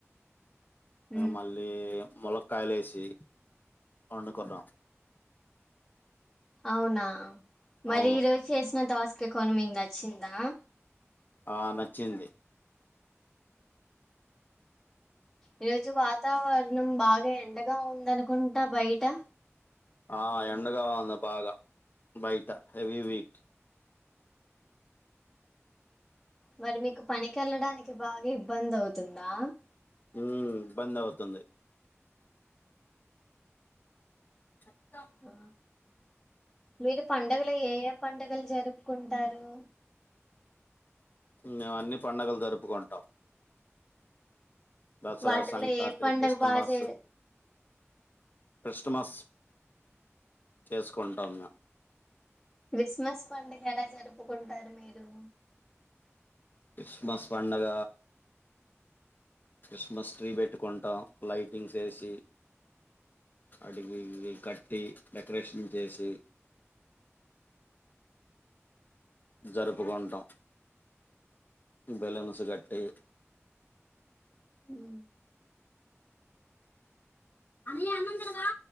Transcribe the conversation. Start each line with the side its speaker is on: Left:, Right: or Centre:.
Centre: ఉమ్
Left: మళ్ళీ మొలక్కయలు వేసి వండుకున్నాం
Centre: అవునా మరి
Left: అవును
Centre: ఈ రోజు చేసిన దొస్ క్కే కొని మీకు నచ్చిందా
Left: ఆ నచ్చింది
Centre: ఈరోజు వాతావరణం బాగా ఎండగా ఉందనుకుంటా బయట
Left: ఆ ఎండగా ఉంది బాగా బయట హెవీ వీట్
Centre: మరి మీకు పనికి వెళ్ళడానికి బాగా ఇబ్బంది అవుతుందా
Left: ఉ ఇబ్బంద్ అవుతుంది అ చుప్
Centre: ఆ, మీరు పండుగలు ఏ ఏ పండుగలు జరుపుకుంట దారు
Left: మేము అన్ని పండుగలు జరుపుకుంటాం దసరా
Centre: వాటిలో
Left: సంక్రాంతి
Centre: ఏ పండగ
Left: క్రిస్టమస్
Centre: బాగా చే
Left: స్మస్ చేసుకుంటాన్నా
Centre: క్రిస్మస్ పండుగ ఎలా జరుపు కుంటారు మీరు
Left: క్రిస్మస్ పండగ క్రిస్మస్ ట్రీ పెట్టుకుంటాం లైటింగ్స్ వేసి అడిగి కట్టి డెకరేషన్ చేసి. జరుపుకుంటాం బెలూన్స్ కట్టి
Centre: ఉమ్
Left: అది అన్నందు కదా